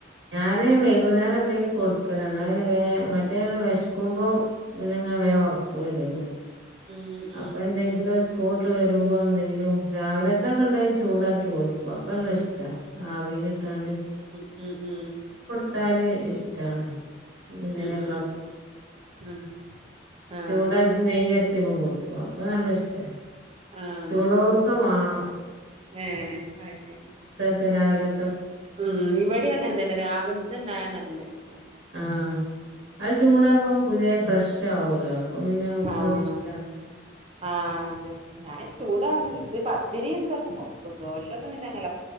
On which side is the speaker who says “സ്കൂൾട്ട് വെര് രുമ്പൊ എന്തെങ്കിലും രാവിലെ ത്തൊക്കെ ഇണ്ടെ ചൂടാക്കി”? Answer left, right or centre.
Right